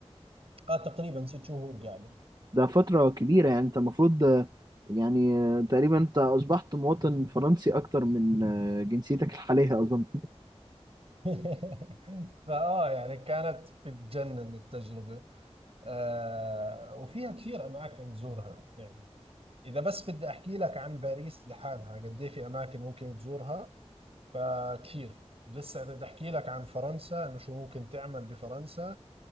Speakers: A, on the right; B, on the right.
A: آه، تقريبا ست شهور قعدت
B: ده فترة كبيرة يعني انت المفروض آه، يعني آه، تقريبا انت اصبحت مواطن فرنسي اكتر من آه، جنسيتك الحالية اظن
A: <laughs> فاه يعني كانت بتجنن التجربة آه وفيها كثير أماكن تزورها يعني إذا بس بدي أحكي لك عن باريس لحالها قد إيه في أماكن ممكن تزورها فكثير لسه إذا بدي أحكي لك عن فرنسا إنه شو ممكن تعمل بفرنسا